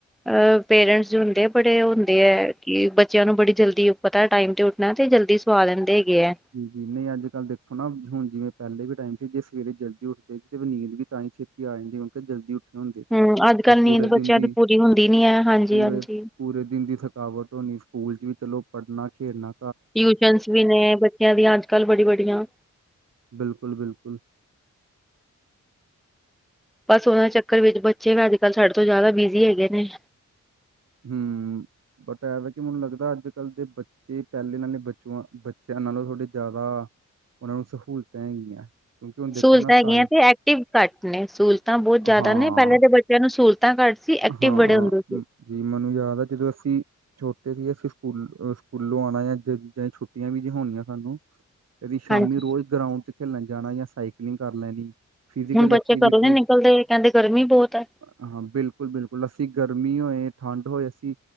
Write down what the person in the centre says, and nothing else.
ਅਹ ਪੇਰੈਂਟਸ ਜੋ ਹੁੰਦੇ ਆ, ਬੜੇ ਓ ਹੁੰਦੇ ਐ, ਕਿ ਬੱਚੇਆਂ ਨੂੰ ਬੜੀ ਜਲਦੀ ਪਤਾ ਟਾਈਮ ' ਮੈਂ ਤੇ, ਜਲਦੀ ਸਵਾ ਲੈਂਦੇ ਹੈਗੇ ਐ।
ਹਮ ਅੱਜ ਕੱਲ੍ਹ
ਨੀਂਦ
ਬੱਚਿਆਂ
ਪੂਰੀ ਹੁੰਦੀ ਨੀ ਹੈ ਹਾਂਜੀ
ਹਾਂਜੀ
ਟਿਊਸ਼ਨਸ ਵੀ ਨੇ, ਬੱਚੇਆਂ ਦੀਆਂ ਅੱਜ-ਕੱਲ੍ਹ ਬੜੀ ਵੱਡੀਆਂ
ਬਸ, ਓਨਾਂ ਚੱਕਰ ਵਿੱਚ ਬੱਚੇ ਨਾ, ਅੱਜ-ਕੱਲ੍ਹ ਸਾਡੇ ਤੋਂ ਜ਼ਿਆਦਾ ਬੀਜੀ ਹੈਗੇ ਨੇ।
ਸਹੂਲਤਾਂ
ਹੈਗੀਆਂ
ਤੇ ਐਕਟਿਵ ਘੱਟ ਨੇ ਸਹੂਲਤਾਂ ਬੋਤ ਜ਼ਿਆਦਾ
ਨੇ, ਪੈਹਲਾਂ ਦੇ ਬੱਚੇਆਂ ਨੂੰ ਸਹੂਲਤਾਂ ਘੱਟ ਸ ਸੀ। ਐਕਟਿਵ
ਬੜੇ ਹੁੰਦੇ ਸੀ।
ਹਾਂਜੀ
ਹੁਣ ਬੱਚੇ
ਘਰੋਂ ਨੀ ਨਿਕਲਦੇ ਕਹਿੰਦੇ ਗਰਮੀ ਬਹੁਤ ਹੈ